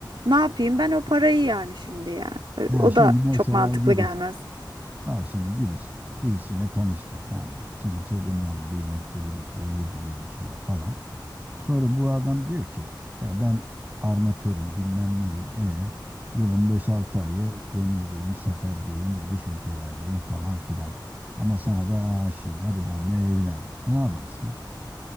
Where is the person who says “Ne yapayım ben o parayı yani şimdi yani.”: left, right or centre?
Right